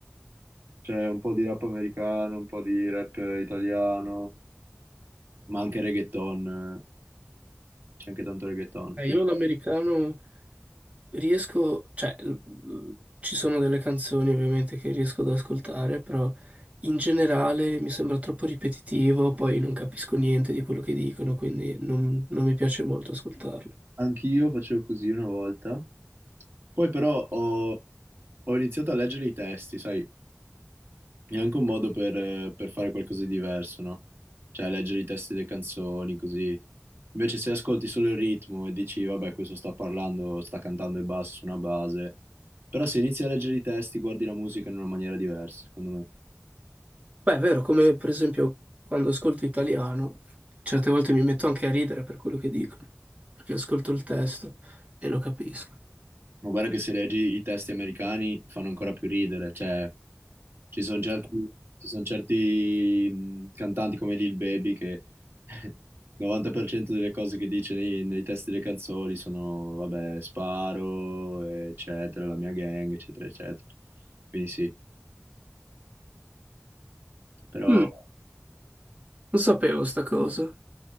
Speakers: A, on the right; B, on the right.
A: C'è un po' di rap americano, un po' di rap italiano, ma anche reggaeton. eh. C'è anche tanto reggaeton.
B: Eh,
A: Quindi
B: io l'americano riesco, cioè l- l- ci sono delle canzoni ovviamente che riesco ad ascoltare, però in generale mi sembra troppo ripetitivo, poi non capisco niente di quello che dicono, quindi non, non mi piace molto ascoltarlo.
A: Anch'io facevo così una volta. Poi però ho, ho iniziato a leggere i testi, sai. È anche un modo per, eh, per fare qualcosa di diverso, no? Cioè, leggere i testi delle canzoni, così. Invece se ascolti solo il ritmo e dici, vabbè, questo sta parlando, sta cantando e basta su una base, però se inizi a leggere i testi, guardi la musica in una maniera diversa, secondo me.
B: Beh, è vero, come per esempio quando ascolto italiano, certe volte mi metto anche a ridere per quello che dicono, perché ascolto il testo e lo capisco.
A: Ma guarda che se leggi i testi americani fanno ancora più ridere, cioè ci sono certi, ci son certi, mh, cantanti come Lil Baby che <laughs> il 90% delle cose che dice nei, nei testi delle canzoni sono, vabbè, sparo, eccetera, la mia gang, eccetera, eccetera. Quindi sì, però...
B: Mm, non sapevo sta cosa.